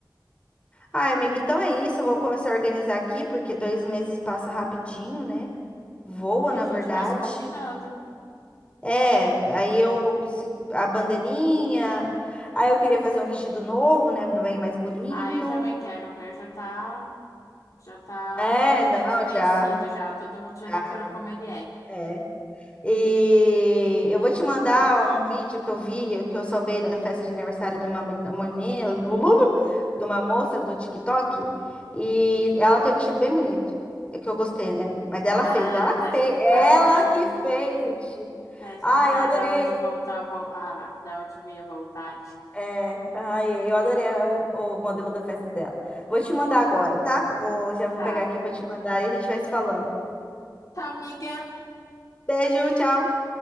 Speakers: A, on the left; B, on the left.
A: Ai, amiga, então é isso. Eu vou começar a organizar aqui, porque dois meses passa rapidinho, né? Voa,
B: E
A: na
B: a gente
A: verdade.
B: vai se combinando.
A: É, aí eu se- a bandeirinha, aí eu queria fazer um vestido novo, né, bem mais bonito.
B: Ah, eu também quero. O meu já tá. Já tá,
A: É,
B: como que
A: não,
B: diz, vencido
A: já,
B: já. Todo mundo já
A: já,
B: decorou como ele é.
A: é. E eu vou te mandar um vídeo que eu vi, que eu salvei da festa de aniversário de uma menina, de uma moça do TikTok, e ela tem um vestido bem bonito, é que eu gostei, né? Mas ela
B: Ah,
A: fez, ela que
B: tá
A: fez,
B: explicado
A: ela
B: da
A: que
B: onde
A: fez o vestido.
B: tá explicado
A: Ah, eu adorei.
B: da onde voltou a, vo- a da onde veio a vontade.
A: É, ai, eu adorei o, o modelo da festa dela. Vou te mandar agora, tá? Vou, já vou
B: Tá.
A: pegar aqui, vou te mandar e a gente vai se falando.
B: Tchau, amiga.
A: Beijo, tchau.